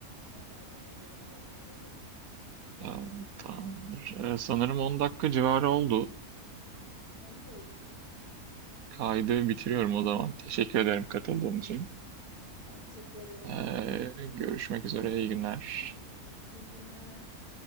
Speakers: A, on the left; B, on the right.
A: Avokadonun dönemini öneririm.
B: Ya, tamamdır. Ee, sanırım 10 dakika civarı oldu.
A: Bence de oldu gibi.
B: Kaydı bitiriyorum o zaman. Teşekkür ederim katıldığın için.
A: Ben de teşekkür ederim.
B: Ee, görüşmek üzere. iyi günler.
A: İyi günler.